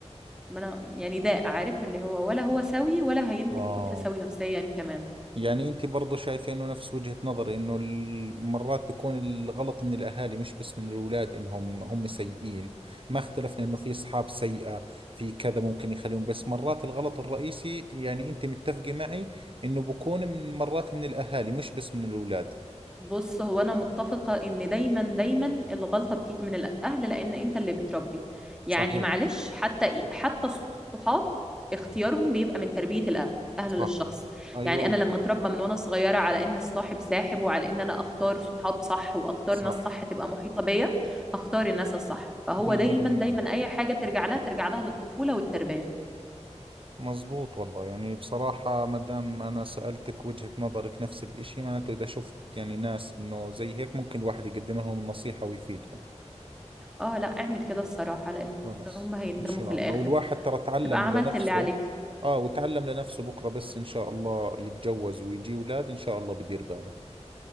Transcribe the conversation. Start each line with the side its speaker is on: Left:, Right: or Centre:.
Centre: ما أنا يعني ده عارف اللي هو ولا هو سوي ولا هينتج
Right: اه
Centre: طفل سوي نفسيا كمان
Right: يعني انت برضو شايفه انه نفس وجهة نظري انه ال- مرات بيكون الغلط من الاهالي مش بس من الاولاد انهم هم سيئين ما اختلفنا انه في اصحاب سيئة في كذا ممكن يخليهم بس مرات الغلط الرئيسي يعني انت متفقة معي انه بكون من مرات من الاهالي مش بس من الاولاد
Centre: بص هو انا متفقه ان دايما دايما الغلطه بتيجي من الاهل لان انت اللي بتربي يعني
Right: صحيح
Centre: معلش حتى حتى الصحاب اختيارهم بيبقى من تربيه الاهل
Right: صح
Centre: للشخص
Right: ايوه
Centre: يعني انا لما اتربى من وانا صغيره على ان الصاحب ساحب وعلى ان انا اختار صحاب صح واختار
Right: صح
Centre: ناس صح تبقى محيطه بيا هختار الناس الصح فهو
Right: 100%
Centre: دايما دايما اي حاجه ترجع لها ترجع لها للطفوله والتربيه
Right: مظبوط والله يعني بصراحة ما دام أنا سألتك وجهة نظرك نفس الإشي معناته إذا شفت يعني ناس إنه زي هيك ممكن الواحد يقدم لهم النصيحة ويفيدهم
Centre: اه لا اعمل كده الصراحه لان
Right: خلاص
Centre: هم هيندموا
Right: إن شاء
Centre: في الاخر
Right: الله والواحد ترى تعلم
Centre: تبقى عملت
Right: لنفسه
Centre: اللي عليك
Right: آه وتعلم لنفسه بكرة بس إن شاء الله يتجوز ويجي أولاد إن شاء الله بدير باله